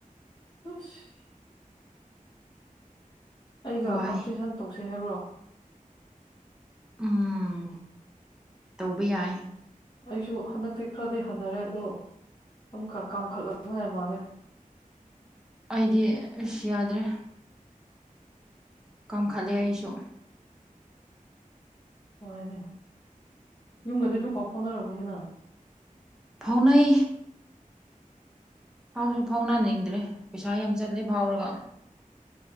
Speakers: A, on the left; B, in the centre.
A: ꯎꯁ ꯑꯩꯒ
B: ꯋꯥꯏ
A: ꯀꯝꯄꯤꯇꯤꯁꯟ ꯇꯧꯁꯤꯦ ꯍꯥꯏꯕ꯭ꯔꯣ
B: ꯎꯝ ꯇꯧꯕ ꯌꯥꯏ
A: ꯑꯩꯁꯨ ꯍꯟꯗꯛꯇꯤ ꯈꯔꯗꯤꯩ ꯍꯟꯊꯔꯦ ꯑꯗꯣ ꯑꯃꯛ ꯀꯥꯝꯈꯠꯂꯛꯇꯅꯉꯥꯏ ꯃꯥꯜꯂꯦ
B: ꯑꯩꯗꯤ ꯑꯁ ꯌꯥꯗ꯭ꯔꯦ ꯀꯝꯈꯠꯂꯦ ꯑꯩꯁꯨ
A: ꯅꯨꯉꯥꯏꯅꯦ ꯌꯨꯝꯒꯗꯤ ꯑꯗꯨꯝ ꯄꯥꯎ ꯐꯥꯎꯅꯔꯝꯒꯅꯤꯅ
B: ꯐꯥꯎꯅꯩ ꯐꯥꯎꯁꯨ ꯐꯥꯎꯅꯅꯤꯡꯗ꯭ꯔꯦ ꯄꯩꯁꯥ ꯌꯥꯝ ꯆꯠꯂꯦ ꯐꯥꯎꯔꯒ